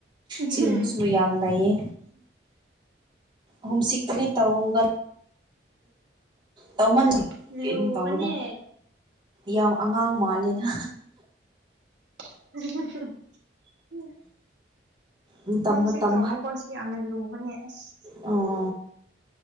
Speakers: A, on the right; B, on the right.
A: ꯎꯝ
B: ꯁꯤꯒꯨꯝꯕꯁꯨ ꯌꯥꯝ ꯂꯩꯌꯦ ꯍꯣꯝ ꯁꯤꯛꯄꯨꯗꯤ ꯇꯧꯒ ꯇꯧꯃꯜꯂꯦ
A: ꯂꯨꯕꯅꯦ
B: ꯀꯩꯅꯣ ꯇꯧꯋꯤꯗ ꯌꯥꯝ ꯑꯉꯥꯡ ꯃꯥꯜꯂꯦꯅ
A: ꯎ <unintelligible>
B: ꯃꯇꯝ
A: ꯍꯣꯝ
B: ꯃꯇꯝ
A: ꯁꯤꯛ ꯇꯧꯕꯈꯣꯏ ꯁꯤ ꯌꯥꯝꯅ ꯂꯨꯕꯅꯦ ꯑꯁ
B: ꯑꯥ